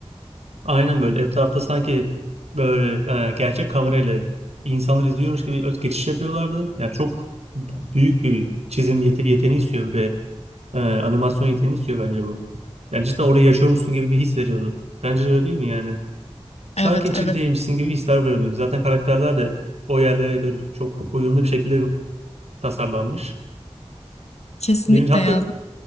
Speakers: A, on the right; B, on the left.
A: Aynen böyle etrafta sanki böyle e, gerçek kamerayla insanlar izliyormuş gibi öt geçiş yapıyorlardı. Yani çok büyük bir çizim yete- yeteneği istiyor ve Ee, animasyon yeteneği istiyor bence bu. Yani cidden orayı yaşıyormuşsun gibi bir his veriyordu. Bence de öyle değil mi yani? Sanki
B: Evet
A: içindeymişsin
B: evet
A: gibi hisler veriyordu. Zaten karakterler de o yerlere göre çok uyumlu bir şekilde tasarlanmış.
B: kesinlikle
A: Birinci hatta
B: ya.